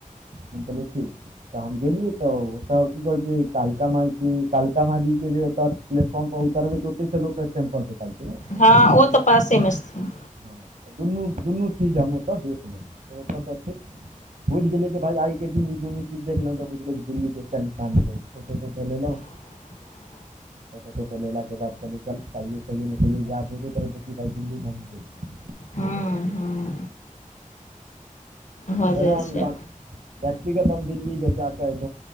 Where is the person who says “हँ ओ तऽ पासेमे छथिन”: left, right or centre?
Left